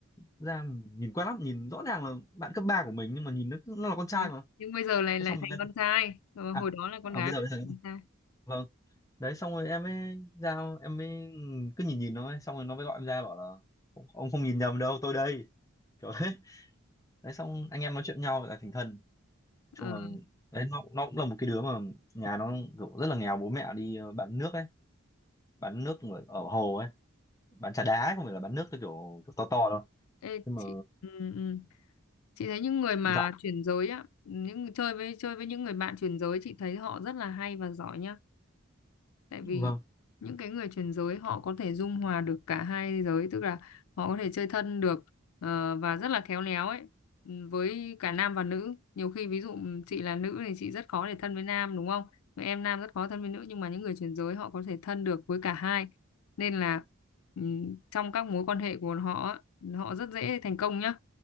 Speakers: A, on the left (about 15°); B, on the left (about 80°).
A: ra nhìn quen lắm nhìn rõ ràng là bạn cấp 3 của mình nhưng mà nhìn nó cứ- nó là con trai
B: Ừ.
A: mà
B: Nhưng bây giờ lại
A: thế
B: lại
A: xong
B: thành
A: mình lên
B: con trai, Ờ,
A: à,
B: hồi đó là con gái
A: à bây giờ
B: bây
A: bây
B: giờ
A: giờ
B: thành con trai.
A: vâng đấy xong rồi em mới giao em mới cứ nhìn nhìn nó ấy. xong rồi nó mới gọi em ra bảo là ông không nhìn nhầm đâu tôi đây kiểu thế đấy xong anh em nói chuyện nhau là thành thân chung
B: Ờ,
A: là đấy nó nó cũng là một cái đứa mà nhà nó kiểu rất là nghèo bố mẹ đi ờ, bán nước ấy bán nước ở, ở hồ ấy bán trà đá không phải là bán nước theo kiểu, kiểu to to đâu
B: ê,
A: nhưng mà
B: chị, ừ, ừ. Chị thấy những người mà
A: dạ
B: chuyển giới á, những chơi với chơi với những người bạn chuyển giới chị thấy họ rất là hay và giỏi nhá. tại vì
A: vâng
B: những cái người chuyển giới họ có thể dung hòa được cả hai giới tức là họ có thể chơi thân được ờ, và rất là khéo léo ấy ừ, với cả nam và nữ nhiều khi ví dụ ừ, chị là nữ thì chị rất khó để thân với nam đúng không Mà em nam rất khó thân với nữ nhưng mà những người chuyển giới họ có thể thân được với cả hai nên là ừ, trong các mối quan hệ của họ á, họ rất dễ thành công nhá